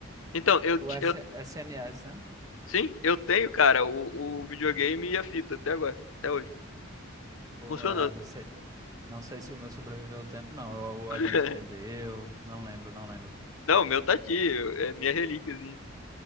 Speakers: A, on the left; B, on the right.
A: Então, eu,
B: O S
A: eu
B: SNS, né?
A: sim, eu tenho, cara, o, o videogame e a fita até agora, até hoje,
B: Ou,
A: funcionando.
B: é, eu não sei, não sei se o meu sobreviveu ao tempo, não. Ou, ou
A: <laughs>
B: a gente vendeu, não lembro, não lembro.
A: Não, o meu tá aqui, eu- é minha relíquiazinha.